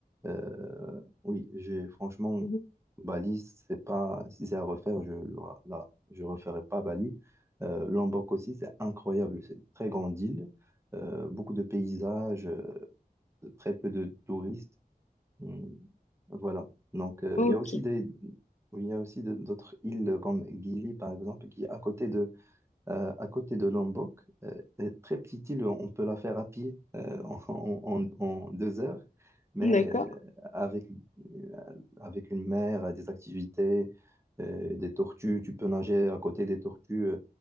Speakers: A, on the right (about 15°); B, on the left (about 50°).
A: Euh, oui, j'ai franchement
B: Mhm.
A: Bali, c'est pas si c'est à refaire, je là je referai pas Bali. Euh, Lombok aussi, c'est incroyable, c'est une très grande île, euh, beaucoup de paysages, euh, très peu de touristes. Hum, Voilà. Donc euh,
B: Ok,
A: il y a aussi des oui, il y a aussi de- d'autres îles comme Gili par exemple qui est à côté de euh, à côté de Lombok. Euh, est très petite île, on peut la faire à pied euh, en, en- en en deux heures, mais
B: d'accord.
A: euh, avec, euh, avec une mer, des activités, euh, des tortues, tu peux nager à côté des tortues.